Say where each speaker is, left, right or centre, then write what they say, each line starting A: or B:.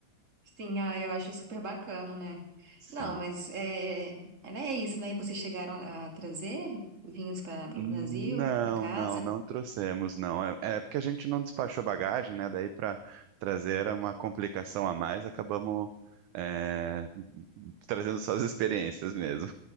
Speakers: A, on the right; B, on the right.
A: sim, ah, eu acho super bacana, né?
B: Sim.
A: Não, mas eh, é, né, é isso, né? Vocês chegaram a trazer vinhos para
B: Não,
A: o Brasil, para casa.
B: não, não trouxemos, não. É, é porque a gente não despachou bagagem, né? Daí para trazer era uma complicação a mais, acabamos é, trazendo só as experiências mesmo.